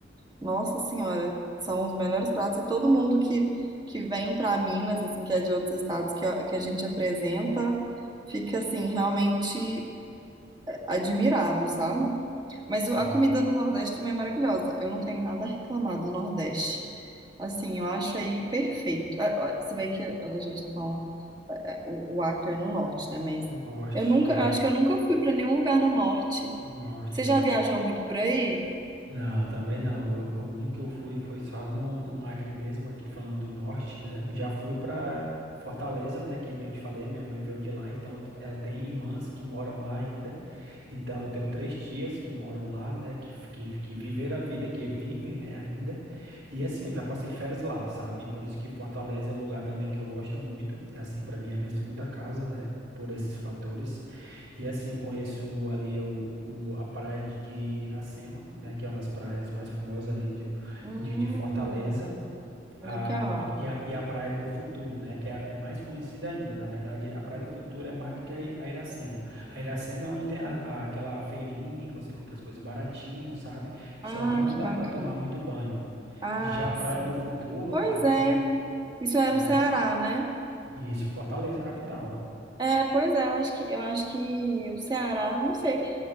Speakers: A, on the right; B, on the right.
A: nossa senhora, são os melhores pratos e todo mundo que, que vem pra Minas, assim, que é de outros estados que, a- que a gente apresenta, fica assim, realmente admirado, sabe? Mas
B: Sim,
A: o- a comida do Nordeste também é maravilhosa. Eu não tenho nada a reclamar do Nordeste. Assim, eu acho aí perfeito. Ah, ah, Se bem que a a gente tá falando o, o Acre é no norte, né? Mas
B: no norte,
A: eu nunca,
B: é,
A: eu acho que eu nunca fui para nenhum lugar no norte.
B: no norte,
A: Você
B: né?
A: já viajou muito por aí?
B: Não, também não. Eu- o único que eu fui foi só no, no Acre mesmo, aqui falando do norte, né? Já fui pra Fortaleza, né? Que nem eu te falei, minha mãe veio de lá, então ela tem irmãs que moram lá ainda. Então eu tenho três tias que moram lá, né? Que, que, que viveram a vida, que vivem, né, ainda. E assim, eu já passei férias lá, sabe? Por isso que Fortaleza é um lugar também que eu gosto muito. É assim, pra mim, é a minha segunda casa, né? Por esses fatores. E assim, eu conheço ali o, o- a praia de de Iracema, né, que é uma das praias mais famosas ali de,
A: Hum,
B: de, de Fortaleza, a,
A: legal.
B: a- e, a, e a Praia do Futuro, né, que é, é mais conhecida ainda. Na verdade, a Praia do Futuro é mais do que a, I- a Iracema. A Iracema é onde tem a- a- aquela feirinha que você compra as coisas baratinho, sabe? Só
A: Ah,
B: que não
A: que
B: dá
A: bacana.
B: para tomar muito banho.
A: Ah,
B: E já a Praia
A: sim.
B: do Futuro
A: Pois
B: é onde
A: é.
B: tem,
A: Isso é
B: né,
A: no Ceará, né?
B: isso, Fortaleza, capital.
A: É, pois é, eu acho que, eu acho que o Ceará, não sei,